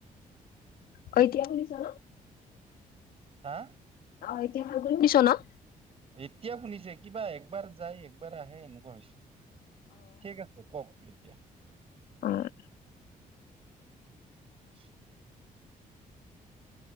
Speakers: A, on the left; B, on the right.
A: অ এতিয়া শুনিছ ন?
B: হা?
A: অ এতিয়া ভাল কৰি শুনিছ?
B: এতিয়া শুনিছে কিবা একবাৰ যায়, একবাৰ আহে এনেকুৱা হৈছে। ঠিক আছে কওক এতিয়া।
A: উম
B: <inaudible>